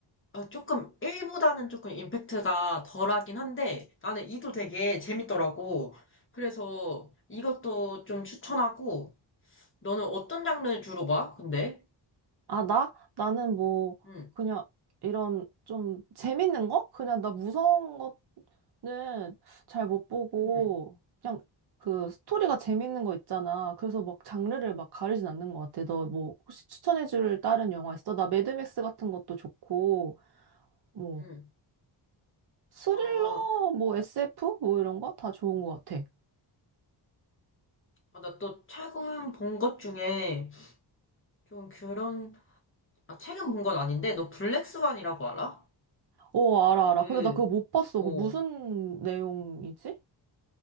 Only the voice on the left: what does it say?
어, 조금 1보다는 조금 임팩트가 덜하긴 한데, 나는 2도 되게 재밌더라고. 그래서 이것도 좀 추천하고, 너는 어떤 장르 주로 봐? 근데?
응,
응,
응.
어,
아, 나 또 최근 본 것 중에 좀 그런, 아, 최근 본 건 아닌데, 너 블랙스완이라고 알아?
그,
어.